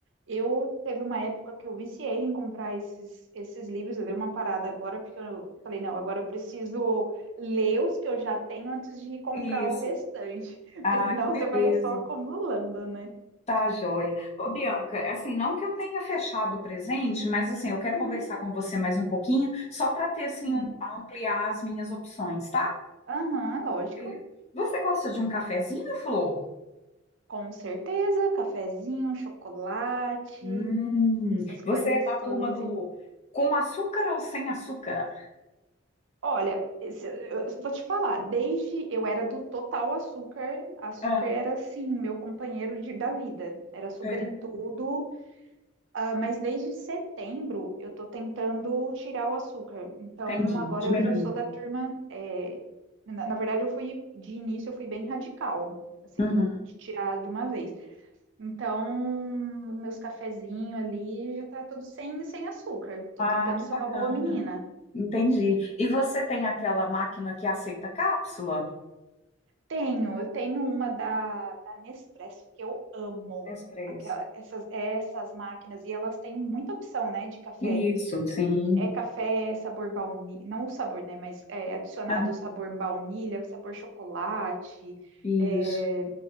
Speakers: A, on the right; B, on the left.
A: eu teve uma época que eu viciei em comprar esses, esses livros, eu dei uma parada agora, porque eu falei, não, agora eu preciso ler os que eu já tenho antes de comprar
B: Isso.
A: o restante, <laughs> porque
B: Ah,
A: senão
B: que beleza.
A: você vai só acumulando, né?
B: Tá, joia. Ô, Bianca, é assim, não que eu tenha fechado o presente, mas assim, eu quero
A: Uhum,
B: conversar com você mais um pouquinho, só para ter assim,
A: sim.
B: um- ampliar as minhas opções, tá?
A: Aham, lógico.
B: Eh, Você gosta de um cafezinho, Flor?
A: Com certeza, cafezinho, chocolate,
B: Hum,
A: essas coisas
B: você é da turma
A: todas assim.
B: do com açúcar ou sem açúcar?
A: Olha, esse- eu vou te falar, desde eu era do total açúcar, açúcar
B: Ah,
A: era assim, meu companheiro de- da vida. Era açúcar
B: é,
A: em tudo, ah, mas desde setembro eu tô tentando tirar o açúcar. Então
B: entendi,
A: agora
B: diminuir.
A: eu já sou da turma, é, na, na verdade eu fui, de início eu fui bem radical, assim,
B: Uhum.
A: do- de tirar de uma vez. Então, meus cafezinhos ali já tá tudo sem, sem açúcar. Tô
B: Ah,
A: tentando
B: que
A: ser
B: bacana.
A: uma boa menina.
B: Entendi. E você tem aquela máquina que aceita cápsula?
A: Tenho, eu tenho uma da, da Nespresso que eu amo.
B: Expresso.
A: Aquela, essas, essas máquinas, e elas têm muita opção, né, de café.
B: Isso, sim.
A: É, é café sabor baunilha, não o sabor, né, mas é adicionado
B: Ah,
A: o sabor baunilha, sabor chocolate,
B: Isso.
A: é,